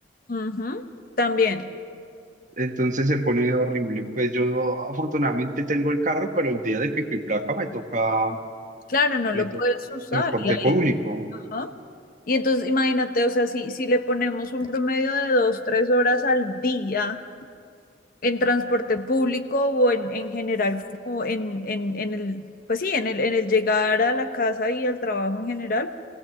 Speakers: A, on the left; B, on the right.
A: Ujú, También.
B: Entonces se pone horrible. Pues yo afortunadamente tengo el carro, pero el día de pico y placa me toca,
A: Claro, no
B: me
A: lo
B: toca
A: puedes
B: en
A: usar.
B: transporte
A: Y, ahí,
B: público.
A: ¿no? Y entonces imagínate, o sea, si, si le ponemos un promedio de dos, tres horas al día en transporte público o en, en general, como en, en, en el, pues sí, en el, en el llegar a la casa y al trabajo en general,